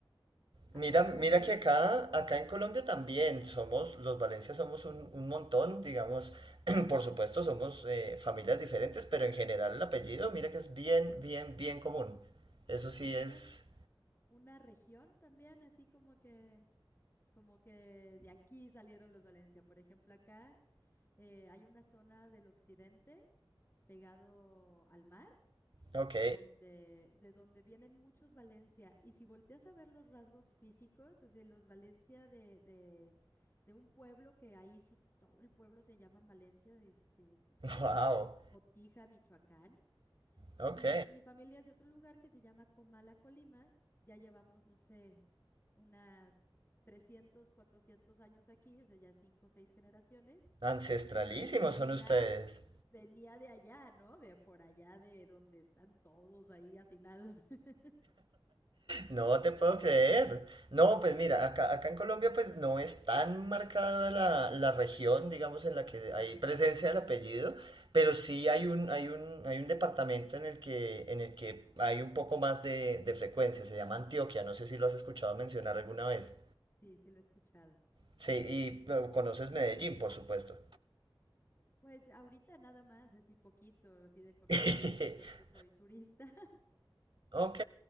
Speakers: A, on the left; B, on the right.
A: ¿Acá
B: Mira, mira
A: también?
B: que acá, acá en Colombia también somos, los Valencia somos un, un montón, digamos, <clears throat> por supuesto somos eh, familias diferentes, pero en general el apellido, mira que es bien, bien, bien común. Eso sí
A: Y tienen
B: es,
A: una región también, así como que, como que de aquí salieron los Valencia. Por ejemplo, acá eh, hay una zona del occidente pegado al mar,
B: ok,
A: donde, de donde vienen muchos Valencia. Y si volteas a ver los rasgos físicos, es decir, los Valencia de, de, de un pueblo que ahí sí todo el pueblo se llama Valencia, es- se, se llama
B: <laughs> wow,
A: Cotija, Michoacán.
B: ok,
A: Y mi familia es de otro lugar que se llama Comala, Colima. Ya llevamos, no sé, unas 300 400 años aquí, o sea, ya cinco o seis generaciones.
B: ancestralísimos
A: Pero el original
B: son ustedes.
A: venía de allá, ¿no? De por allá, de donde están todos ahí hacinados. <laughs>
B: No te puedo creer. No, pues mira, acá, acá en Colombia pues no es tan marcada la, la región, digamos, en la
A: Oh,
B: que hay presencia del apellido, pero sí hay un, hay un, hay un departamento en el que, en el que hay un poco más de, de frecuencia, se llama Antioquia, no sé si lo has escuchado mencionar alguna vez.
A: sí, sí lo he escuchado.
B: Sí, y bueno, conoces Medellín, por supuesto.
A: Pues ahorita nada más, así poquito, así de conocer,
B: <laughs>
A: conocer, pues soy turista.
B: Ok,